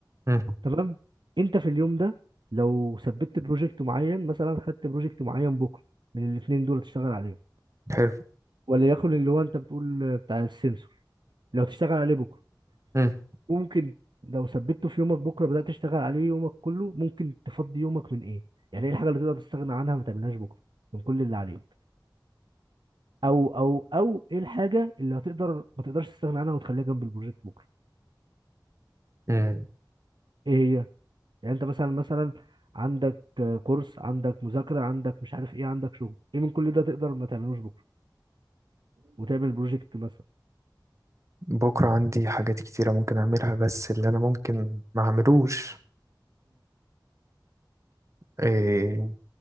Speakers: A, on the right; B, on the right.
A: مم.
B: تمام انت في اليوم ده لو ثبت بروجكت معين مثلا خدت بروجكت معين بكره من الاثنين دول تشتغل عليهم
A: حلو
B: وليكن اللي هو انت بتقول بتاع السنسور لو تشتغل عليه بكره
A: مم.
B: ممكن لو ثبته في يومك بكره بدأت تشتغل عليه يومك كله ممكن تفضي يومك من ايه يعني ايه الحاجه اللي تقدر تستغنى عنها ما تعملهاش بكره من كل اللي عليك او او او ايه الحاجه اللي هتقدر ما تقدرش تستغنى عنها وتخليها جنب البروجكت بكره
A: مم.
B: ايه هي يعني انت مثلا مثلا عندك آه، كورس عندك مذاكره عندك مش عارف ايه عندك شغل ايه من كل ده تقدر ما تعملوش بكره وتعمل بروجكت مثلا
A: بكرة عندي حاجات كتيرة ممكن أعملها بس اللي أنا ممكن ما أعملوش إيه